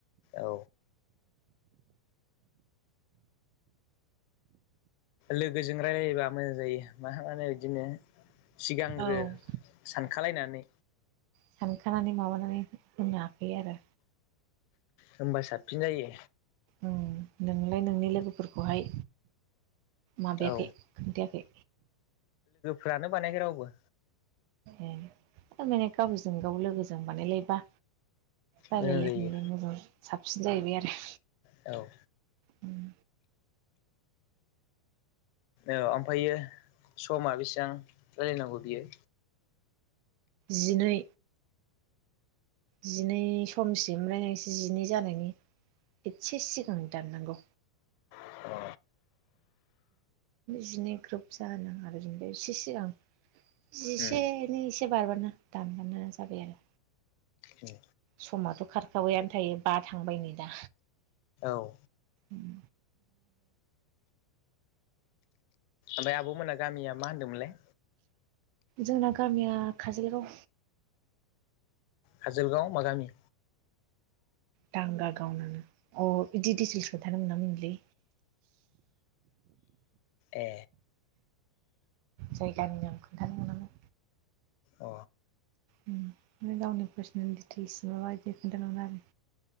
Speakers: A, on the left; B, on the right.
A: औ लोगोजों रायलायोबा मोजां जायो मा मानो बिदिनो सिगांग्रो
B: औ
A: सानखलायनानै
B: सानखानानै माबानानै बुंनोहाखायो आरो।
A: होनबा साबसिन जायो।
B: उम नोंलाय नोंनि लोगोफोरखौहाय माबायाखै
A: औ
B: खोनथायाखै।
A: फ्रानो बानायखै रावबो।
B: ए थामाने गावजों गाव लोगोजों बानायलायबा रायलालायनोलाय
A: मोजां जायो
B: मोजां साब सिन जाहैबाय आरो।
A: औ।
B: उम।
A: औ ओमफायो समा बेसेबां रालायनांगौ बियो।
B: जिनै। जिनै समसि मफ्रय नोंसो एसे जिनै जानायनि एसे सिगां दाननांगौ
A: अ
B: जिनै ग्रोब जोनाङा आरो ज एसे सिगां जिसेनिै
A: उम
B: एसे बारबानो दानबानो जाबाय आरो
A: उम
B: समाथ' खारखाबायानो थायो बा थांबाय नै दा
A: औ
B: उम।
A: ओमफाय आब'मोनना गामिया मा होनदोंमोनलाय।
B: जोंना गामिया काजोलगाव।
A: काजोलगाव मागामि।
B: दांगा गावनानो अ बिदि डिटेल्स खोनथानो मोना मोनलै।
A: ए
B: जायगानि नाम खोन्थानो मोनामोन।
A: अ
B: उम मे गावनि पार्सनेल दिटिस माबा बिदि खिथा मोना आरो।